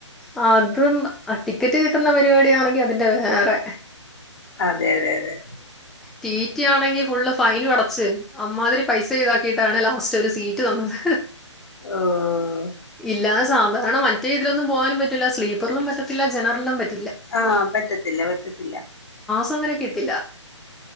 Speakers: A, in the centre; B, on the left.
A: അ തും ആഹ് ടിക്കറ്റ് കിട്ടുന്ന പരിപാടി ആണെങ്കി അതിന്റെ വേറെ
B: അതെ അതെ അതെ.
A: ട്ടി ട്ടി ആണെങ്കി ഫുള്ള് ഫൈനും അടച്ച് അമ്മാതിരി പൈസ ഈടക്കിയിട്ടാണ് ലാസ്റ്റ് ഒര് സീറ്റ് തന്നത്.
B: ഓ
A: ഇല്ലാതെ സാധാരണ മറ്റേ ഇതിലൊന്നും പോകൻ പറ്റില്ല. സ്ലീപ്പറിലും പറ്റത്തില്ല. ജനറലും പറ്റ്
B: ആഹ് പറ്റത്തില്ല പറ്റത്തില്ല.
A: തമരെ കിട്ടില്ല